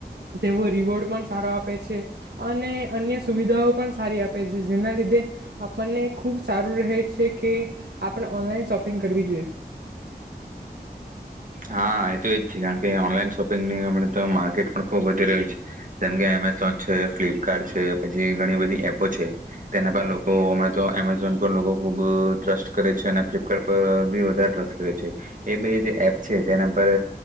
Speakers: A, on the right; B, on the right.
A: તેવો રીવોર્ડ પણ સારો આપે છે, અને અન્ય સુવિધાઓ પણ સારી આપે છે, જેના લીધે આપણને ખૂબ સારું રહે છે, કે આપણે ઓનલાઈન શોપિંગ કરવી જોઈએ.
B: હા એ તો એજ છે કારણ કે ઓનલાઈન શોપિંગની અમણાં તો માર્કેટ પણ ખૂબ વધી રહ્યું છે. જેમ કે એમેઝોન છે, ફ્લિપકાર્ટ છે, પછી ઘણી બધી એપો છે. તેના પર લોકો, અમણેં તો એમેઝોન પર લોકો ખૂબ ટ્રસ્ટ કરે છે અને ફ્લિપકાર્ટ પર બી વધારે ટ્રસ્ટ કરે છે. એ બે જ એપ છે, તેના પર